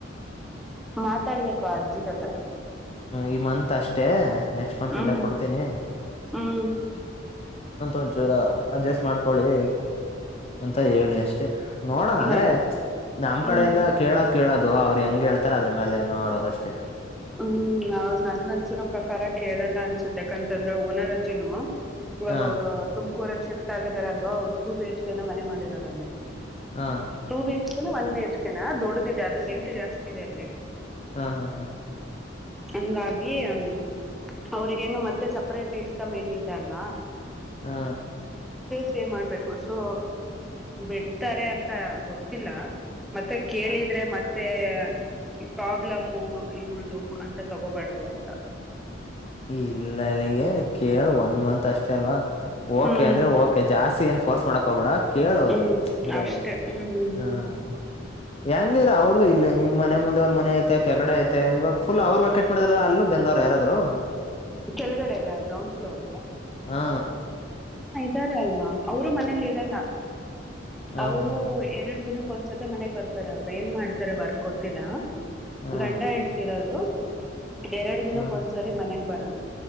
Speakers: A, in the centre; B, on the left.
A: ಮಾತಾಡ್ಬೇಕು ಆ ಅಜ್ಜಿ ಜೊತೆ.
B: ಇ ಮನ್. ಮಂತ್ ಅಷ್ಟೇ ನೆಕ್ಸ್ಟ್ ಮಂತ್
A: ಹ್ಮ್
B: ಇಂದ ಕೊಡ್ತೀನಿ.
A: ಹ್ಮ್
B: ಒಂಚೂರು ಅಡ್ಜಸ್ಟ್ ಮಾಡ್ಕೊಳ್ಳಿ ಅಂತ ಹೇಳಿ ಅಷ್ಟೇ. ನೋಡೋಣ ಅಂದ್ರೆ
A: ನನ್
B: ನಮ್
A: ಹ್ಮ್
B: ಕಡೆಯಿಂದ ಕೇಳಕ್. ಕೇಳೋದು ಅವ್ರು ಹೆಂಗ್ ಹೇಳ್ತಾರೆ ಅದ್ರ ಮೇಲೆ ನೋಡದಷ್ಟೇ.
A: ಹ್ಮ್ ನನ್ ಅನ್ಸಿರೋ ಪ್ರಕಾರ ಕೇಳಲ್ಲ ಅನ್ಸತ್ತ ಯಾಕಂತಂದ್ರ ಓನರಜ್ಜಿನು ಇವಾಗ
B: ಹಾ
A: ಅವರು ತುಮ ಕೂರಲ್ಲಿ ಶಿಫ್ಟ್ ಆಗಿದಾರ ಅಲ್ವ ಅವರು ಟು ಬಿ ಎಚ್ ಕೆ ನ ಮನೆ ಮಾಡಿರೋದಲ್ಲಿ
B: ಹಾ
A: two B H one B H ಕೆನಾ ದೊಡ್ಡದದೆ ಅದು ರೆಂಟ್ ಜಾಸ್ತಿ ಇದೆ ಅಲ್ಲಿ
B: ಹಾ ಹಾ ಹಾ
A: ಹಂಗಾಗಿ ಹ್ಮ ಅವ್ರಿಗೇನು ಮತ್ತೆ ಸಪ್ರೇಟ್ ಇನ್ಕಮ್ ಏನ ಇಲ್ಲ ಅಲ್ಲ
B: ಹಾ
A: ಷ್ಟೇ ಮಾಡ್ಬೇಕು ಸೊ ಬಿಡ್ತಾರೆ ಅಂತ ಗೊತ್ತಿಲ್ಲ ಮತ್ತೆ ಕೇಳಿದ್ರೆ
B: ಹಾ
A: ಮತ್ತೆ ಮತ್ತೆ ಪ್ರಾಬ್ಲಮು ಇ ಉಳ್ದ ಅಂತ ತಗೋಬಾರ್ದು ಅಂತ
B: ಇಲ್ಲ ಇಗೆ ಕೇಳು ಒಂದ್ ಮಂತ್ ಅಷ್ಟೇ ಅಲ್ವಾ ಓಕೆ
A: ಹ್ಮ್
B: ಅಂದ್ರೆ ಓಕೆ ಜಾಸ್ತಿ ಏ ಕೋರ್ಸ್ ಮಾಡಕ್ ಹೋಗ್ಬಿಡ ಕೇಳು
A: ಹ್ಮ್
B: ಅಂದ್ರೆ
A: ಅಷ್ಟೆ ಹ್ಮ್
B: ಹ್ಮ ಹೆಂಗಿದರ ಅವ್ರ್ದು ಇಲ್ಲಿ ನಿಮ್ನೆ ಮುಂದೆ ಒಂದ್ ಮನೆ ಐತೆ ಕೆಗಡೆ ಐತೆ ಇವಾಗ ಫುಲ್ ಅವರು ವ ಬಕೆಟ್ ಮಾಡ ಅಲ್ಲೂ ಬೆಂದವ್ರು ಯಾರಾದ್ರು
A: ಕೆಳಗಡೆಗ ಗ್ರೌಂಡ್ ಫ್ಲೋರ್
B: ಹಾ
A: ಸರಿ ಅಲ್ವಾ ಅವರು ಮನೇಲಿ ಇರಲ್ಲ
B: ಹಾ
A: ಅವರು
B: ಹಾ ಹಾ
A: ಎರಡು ದಿನ ಒಂದ್ಸತೆ ಮನೆಗ್ ಬರ್ತಾರೆ ಅವ್ರು ಏನ್ ಮಾಡ್ತಾರೆ ವರ್ಕ್ ಗೊತ್ತಿಲ್ಲ
B: ಹಾ
A: ಗಂಡ ಹೆಂತಿರೋದು ಎರಡು ದಿನಕ್ಕ
B: ಹಾ ಹಾ
A: ಒಂದ್ಸರಿ ಮನೆಗ ಬರದು